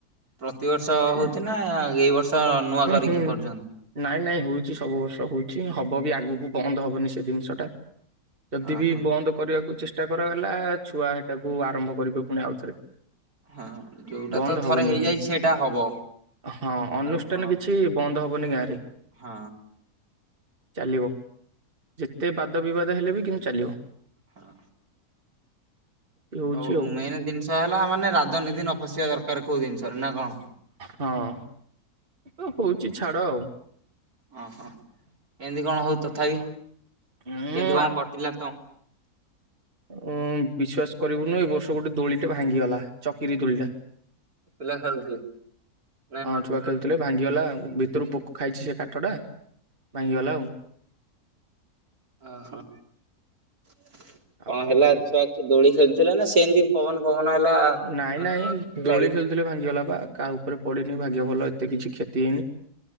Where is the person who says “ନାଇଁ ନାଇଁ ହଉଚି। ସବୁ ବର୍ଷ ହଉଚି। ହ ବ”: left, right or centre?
Right